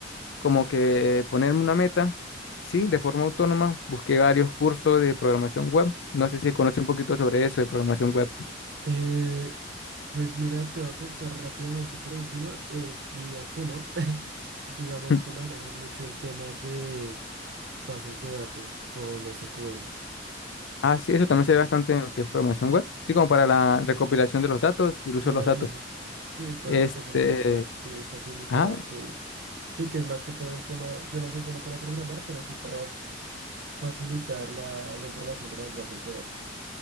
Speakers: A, on the left; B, on the right.
A: como que ponerme una meta, sí, de forma autónoma. Busqué varios cursos de programación web. No sé si conoce un poquito sobre eso de programación web.
B: Eh, pues mira, te voy a contar rápidamente y por encima, eh, diría que no. <laughs> Digamos
A: <laughs>
B: que manejo es mucho el tema de bases de datos con SQL.
A: Ah, sí, eso también se ve bastante en lo que es programación web. Sí, como para la recopilación de los datos y el uso
B: Sí,
A: de los
B: análisis.
A: datos.
B: Sí, todo
A: Este,
B: lo que es análisis de datos y facilitar
A: ah,
B: su... Sí, que es más que todo el tema, yo no soy bueno para programar, pero sí para facilitar la, la información de las bases de datos.